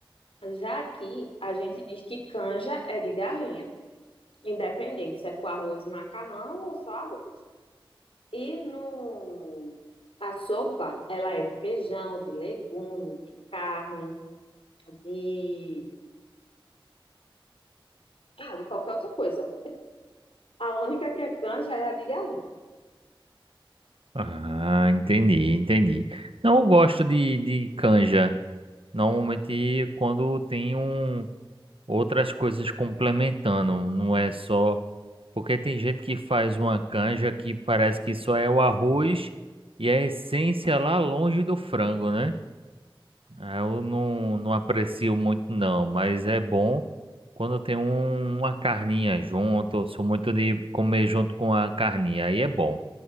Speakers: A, on the left (about 85°); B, on the right (about 80°).
A: Já aqui, a gente diz que canja é de galinha, independente se é com arroz e macarrão ou só arroz. E no... a sopa, ela é de feijão, de legume, de carne, de... Ah, de qualquer outra coisa. A única que é canja é a de galinha.
B: Ah, entendi, entendi. Não, eu gosto de, de canja. Normalmente quando tem um, outras coisas complementando, não é só. Porque tem gente que faz uma canja que parece que só é o arroz e a essência lá longe do frango, né? Ah, Eu não, não aprecio muito, não, mas é bom quando tem um- uma carninha junto. Eu sou muito de comer junto com a carninha, aí é bom,